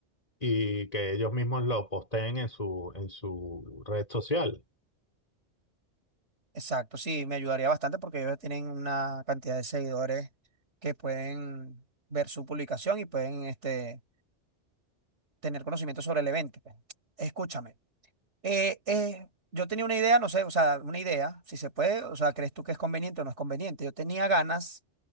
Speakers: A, on the left; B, on the right.
A: y que ellos mismos lo posteen en su, en su red social.
B: Exacto, sí, me ayudaría bastante porque ellos tienen una cantidad de seguidores que pueden ver su publicación y pueden este, tener conocimiento sobre el evento. pues. Escúchame, eh, eh, yo tenía una idea, no sé, o sea, una idea, si se puede, o sea, ¿crees tú que es conveniente o no es conveniente? Yo tenía ganas